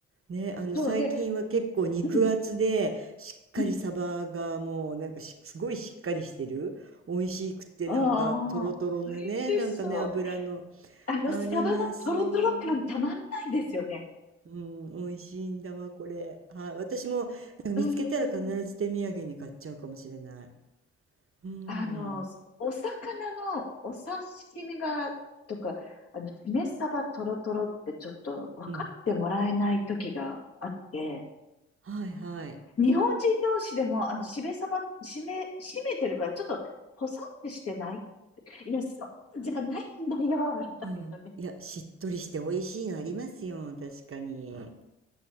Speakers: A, on the right; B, on the left.
A: ね、あの、
B: そうで、
A: 最近は結構肉厚で、
B: うん、
A: しっかりサバがもう、
B: うん。
A: なんかしすごいしっかりしてる。美味しくて、
B: ああ、
A: なんか、トロトロのね、
B: 美味しそう。
A: なんかね、油の、
B: あの、
A: ありますよ。
B: サバのトロトロ感たまんないですよね。
A: うん、美味しいんだわ、これ。はい、私も、なんか見つけたら必ず手土産に買っちゃうかもしれない。
B: うん、うん。
A: うん、
B: あの、お魚のお刺身が、とか、あの、しめバトロトロってちょっと分かってもらえない時があって、
A: うん、はい、はい。
B: 日本人同士でも、あの、しめサバしめ、しめてるからちょっと、ポサってしてないいや、そうじゃないんだよ、みたいなね。
A: うん。いや、しっとりして美味しいのありますよ、確かうん。に。